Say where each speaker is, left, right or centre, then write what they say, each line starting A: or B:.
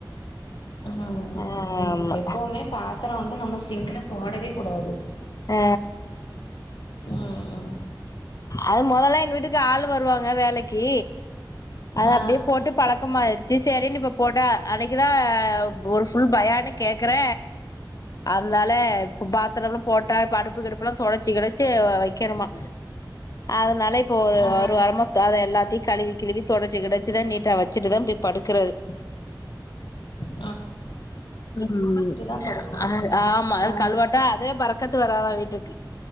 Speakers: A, on the left; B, on the left.
A: ம்
B: ஆமா
A: எப்பவுமே பாத்திர வந்து நம்ம சிங்ல போடவே கூடாது
B: ஆ
A: ம் ம்
B: அது மொதல்ல எங்க வீட்டுக்கு ஆளு வருவாங்க வேலைக்கு அது
A: ஆ
B: அப்டியே போட்டு பழக்கமாய்டுச்சு செரின் இப்ப போட்டா அன்னைக்கு தா ஒரு ஃபுல் பயானு கேக்கற அத்னால இப்ப பாத்தரம்லா போட்டா இப்ப அடுப்பு கிடுப்புலா தொடச்சி கிடச்சி வ வைக்கணுமா அதனால இப்போ ஒரு
A: ஆ
B: ஒரு வாரம தல எல்லாத்தையு கழுவி கிழுவி தொடச்சி கிடச்சி தா நீட்டா வ ச்சிட்டுதா போய் படுக்கறது
A: ஹ
B: ம்
A: தா படுக்கணு
B: அ ஆமா அது
A: ஆ
B: கழுவாட்டா அதே பறக் க்கத்து வராதா வீட்டுக்கு